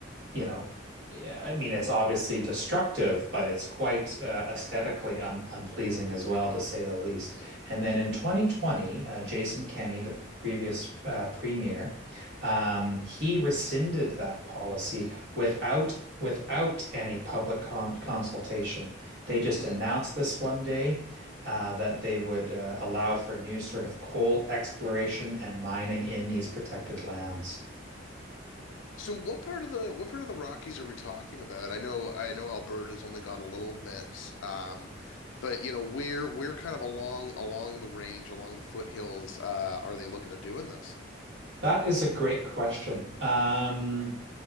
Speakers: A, on the right (about 55°); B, on the left (about 80°).
A: you know, yeah, I mean, it's obviously destructive, but it's quite uh, aesthetically un unpleasing as well, to say the least. And then in 2020, uh, Jason Kenney, the previous uh, premier, um, he rescinded that policy without without any public con consultation. They just
B: Hmm.
A: announced this one day. Uh, that they would uh, allow for new sort of coal exploration and mining in these protected lands.
B: So what part of the what part of the Rockies are we talking about? I know I know Alberta's only got a little bit, um, but you know where where kind of along along the range, along the foothills, uh, are they looking at doing this?
A: That is a great question. Um,